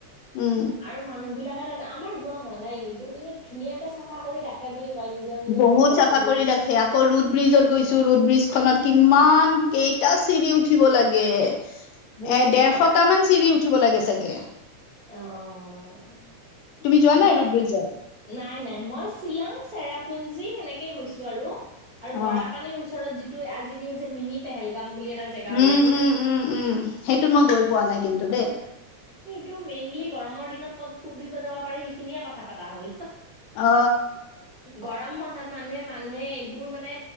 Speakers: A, on the left (about 90°); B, on the right (about 75°).
A: উম
B: আৰু মানুহ বিলাকে তাত আমাৰ যোৱা হোৱা নাই কিন্তু। কিন্তু ধুনীয়াকে চাফা কৰি ৰাখে বুলি- কয় নিজৰ নিজৰ
A: বহুত
B: ঘৰৰ
A: চাফা
B: পদূলিত
A: কৰি ৰাখে। আকৌ, ৰুড ব্ৰিজত গৈছো ৰুড ব্ৰিজ খন কিমান কেইটা চিৰি উঠিব লাগে। এ
B: বহুত
A: দেৰশটামান
B: ন
A: চিৰি উঠিব লাগে চাগে।
B: অহ
A: তুমি যোৱা নাই
B: মই
A: ৰুড ব্ৰিজত
B: নাই নাই মই শ্বিলং চেৰাপুঞ্জী- চি সেনেকে গৈছো আৰু
A: অ
B: বৰা পানীৰ ওচৰত যিটো আজিকালি যে মিনি পেহেলগাম বুলি এটা জেগা ওলাইছে
A: উম, উম, উম, উম সেইটোত মই গৈ পোৱা নাই কিন্তু দেই।
B: টো মেইনলি গৰমৰ দিনত ক'ত ফুৰৰি দিব যাব পাৰে সেইখিনিয়ে কথা পতা হ'ল।
A: অ
B: গৰম বন্ধত মানুহে মানে মানুহে এইবোৰ মানে